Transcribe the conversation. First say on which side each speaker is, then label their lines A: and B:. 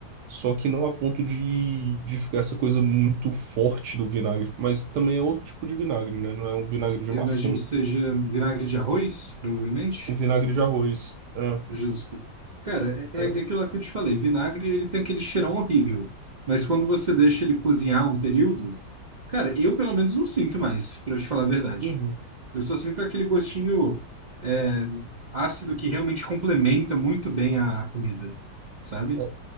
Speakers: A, on the right (about 75°); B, on the right (about 55°).
A: só que não a ponto de, de ficar essa coisa muito forte do vinagre. Mas também é outro tipo de vinagre, né? Não é um vinagre de
B: Eu
A: maçã,
B: imagino que seja vinagre de arroz, provavelmente.
A: um vinagre de arroz. É,
B: Justo. Cara, é,
A: é,
B: é aquilo lá que eu te falei. Vinagre, ele tem aquele cheirão horrível. Mas quando você deixa ele cozinhar um período, cara, eu pelo menos não sinto mais, pra eu te falar a verdade.
A: uhum.
B: Eu só sinto aquele gostinho é, ácido que realmente complementa muito bem a, a comida, sabe?
A: Eu,